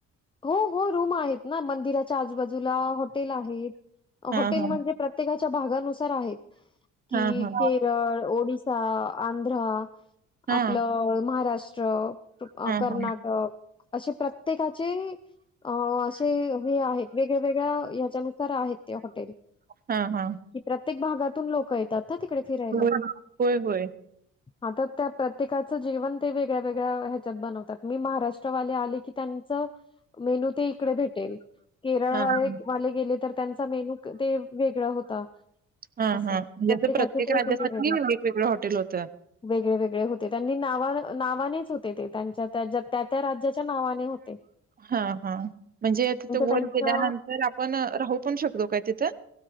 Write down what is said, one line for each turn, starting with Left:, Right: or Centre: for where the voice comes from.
Left: हो हो रूम आहेत ना मंदिराच्या आजूबाजूला हॉटेल आहेत
Right: हा
Left: हॉटेल
Right: हा हा
Left: म्हणजे प्रत्येकाच्या भागानुसार आहेत कि
Right: हा हा
Left: केरळ ओडिसा आंध्रा
Right: हा
Left: आपलं
Right: हा
Left: महाराष्ट्र
Right: हां,
Left: कर्नाटक
Right: हां.
Left: असे प्रत्येकाचे अ असे हे आहेत वेगळ्या वेगळ्या हच्यानुसार आहेत ते हॉटेल
Right: हां, हां. हां.
Left: कि प्रत्येक भागातून लोक येतात ना तिकडे फिरायला
Right: होय, <inaudible>
Left: आ तर त्या प्रत्येकाचं जीवन ते वेगळ्या वेगळ्या ह्याच्यात बनवतात मी महाराष्ट्रवाले आले की त्यां मेनू ते इकडे भेटेल केरळवाले
Right: हां, हां.
Left: वाले गेले तर त्यांचा मेनू ते वेगळा होता
Right: हा
Left: असं.
Right: हा
Left: प्रत्येकाचे
Right: प्रत्येक
Left: ते
Right: राज्यासाठी
Left: वेगळे-वेगळे.
Right: वेगवेगळं हॉटेल होतं
Left: वेगळे वेगळे होते त्यांनी ना नावानेच होते ते त्यांच्या त्या त्या राज्याच्या नावाने हो ते
Right: हा हा, म्हणजे तिथ वर
Left: त्यांच्या
Right: गेल्यानंतर आपण राहू पण शकतो काय तिथ?